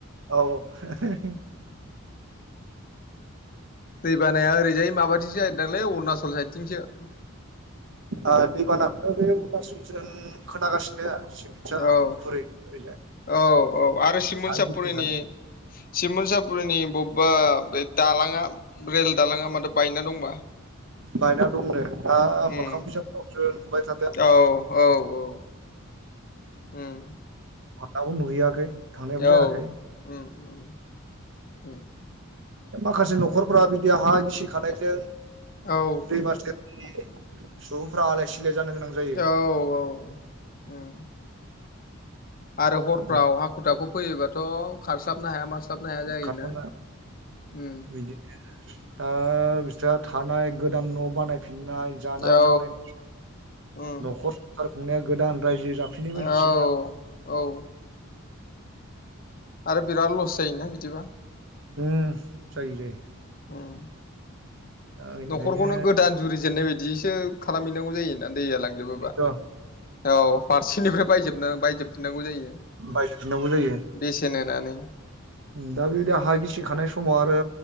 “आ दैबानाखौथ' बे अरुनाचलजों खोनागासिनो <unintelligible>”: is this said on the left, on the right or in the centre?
Right